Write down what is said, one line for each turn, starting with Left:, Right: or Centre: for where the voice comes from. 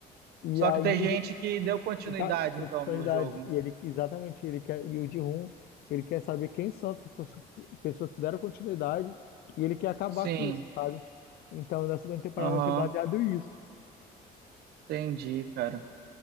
Left: E
Right: Só
Left: aí
Right: que tem gente
Left: o Ji-
Right: que deu continuidade,
Left: tá, com
Right: então, no
Left: a idade,
Right: jogo.
Left: e ele exatamente, ele quer e o Ji-hoon, ele quer saber quem são as pessoas pessoas que deram continuidade e ele quer acabar
Right: Sim,
Left: com isso, sabe? Então, na segunda temporada
Right: aham,
Left: vai ser baseado nisso.
Right: entendi, cara.